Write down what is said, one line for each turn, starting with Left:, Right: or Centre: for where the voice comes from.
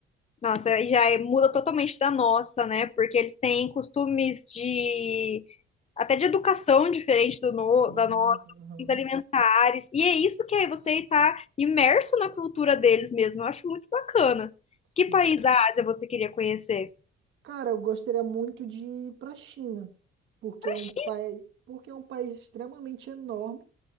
Left: Nossa, aí já é- muda totalmente da nossa, né? Porque eles têm costumes de até de educação diferente do no,
Right: Sim,
Left: da nossa,
Right: aham,
Left: os alimentares. E é isso que aí você está imerso na cultura deles mesmo. Eu acho muito bacana.
Right: sim.
Left: Que país da Ásia você queria conhecer?
Right: Cara, eu gostaria muito de ir pra China, porque
Left: A
Right: é um
Left: China.
Right: país, porque é um país extremamente enorme.